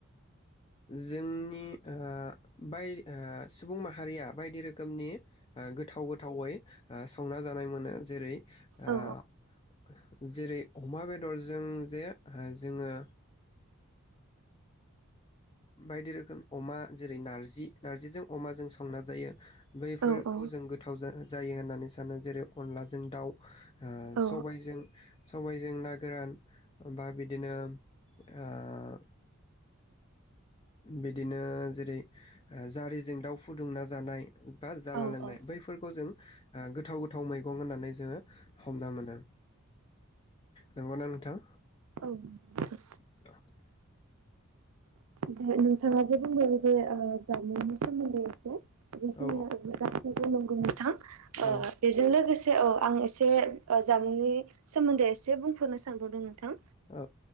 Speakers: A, on the left; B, on the right.
A: जोंनि बाय सुबुं माहारिया बायदि रोखोमनि ओ गोथाव गोथावै संना जानाय मोनो जेरै ओ
B: औ
A: जेरै अमा बेदरजों जे जोङो बायदि रोखोम अमा जेरै नार्जि नार्जिजों अमाजों संना जायो। बैफोरखौ
B: औ औ
A: जों गोथाव जा जायो होननानै सानो जेरै अनलाजों दाउ ओ
B: औ
A: सबायजों सबायजों जों ना गोरान बा बिदिनो ओह बिदिनो जेरै जारिजों दाउ फुदुंना जानाय दा जाला
B: औ
A: लोंनाय बैफोरखौ जों आ गोथाव गोथाव गो थाव मैगं होननानै जोङो हमना मोनो। नंगौना नोंथां।
B: औ नोंगौथ।
A: <unintelligible>
B: दे नोंथाङा जे बुंबाय जे ओ जामुंनि सोमोन्दै एसे? बेखिनिया
A: औ
B: ओ गोदान नोंगौ नोंगौ नोंथां। ओ
A: औ
B: बेजों लोगोसे औ आं एसे जामुंनि सोमोन्दै एसे बुंफोरनो सानबावदोंमोन। नोंथां
A: औ